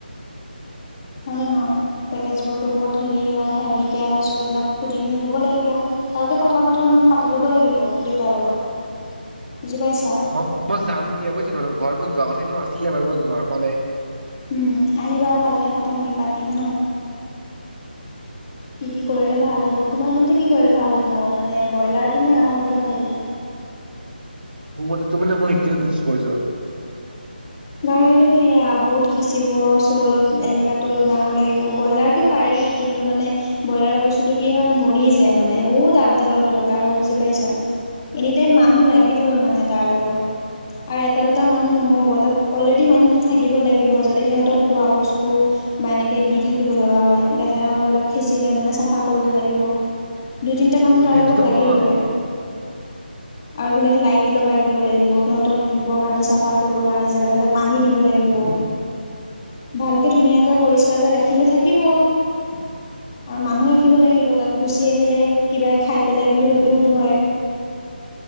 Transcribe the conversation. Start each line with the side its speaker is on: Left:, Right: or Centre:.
Left: হয় ন নহয় পেকেজবোৰতো বহুত হেৰি হেভিকে আহিছো এইবিলাক সুধিনি ক'ব লাগিব ভালকৈ কথা বতৰা
Right: অ',
Left: মোক
Right: হয়
Left: পাতি ল'ব লাগিব দেউতাৰ লগত বুজি পাইছা?
Right: মই মই যাম দিয়া বুইছ তহঁতৰ ঘৰ মই যোৱা কথা এনেও আছিলে বাৰু মই যোৱা হোৱা নাই
Left: উম আহিবা ভালকে কথাখিনি পাতিম ন কি কি কৰিলে
Right: উম,
Left: ভাল হ'ব তোমাৰ ম মতে কি কলে ভাল হ'ব মানে ব্ৰইলাৰটো নে গাহৰিটো ভাল হ'ব
Right: মোৰ মতেতো মানে মই সেইটোৱে লিজ কৰিছো
Left: হয়টো সেয়া বহুত খিঁচিব চ' অলপ এলেকাতো অলপ ডাঙৰ লাগিব ব্ৰইলাৰটো পাৰি কিন্তু মানে ব্ৰইলাৰ বস্তুটো কি হয় মৰি যায় মানে বহুত আপডালৰ দৰকাৰ হয় বুজি পাইছা এনি টাইম মানুহ লাগিবই মানে তাৰ লগত আৰু এটা দুটা মানুহ নহ'ব তাত অলৰেডি মানুহ এটা থাকিব লাগিব যাতে সিহঁতক খোৱা বস্তু বা এনেকে দি থাকিব লগা হয় লেতেৰা হ'লে অলপ খিঁচিলে মানে চাফা কৰিব লাগিব দুই তিনিটা মানুহ
Right: উম,
Left: তাৰ
Right: সেইটোতো
Left: লগত লাগিবই
Right: হয়।
Left: আৰু বিলাক লাইট লগাই দিব লাগিব সিহতক ধুব কাৰণে চাফা কৰিব কাৰণে জেগাবিলাক পানী দিব লাগিব ভালকে ধুনীয়াকে পৰিস্কাৰ কে ৰাখিব ৰাখিলে থাকিব আৰু মানুহ ৰাখিব লাগিব তাত গুচি আহিলে কিবাই খাই পেলাই বুলি হয়তো ভয়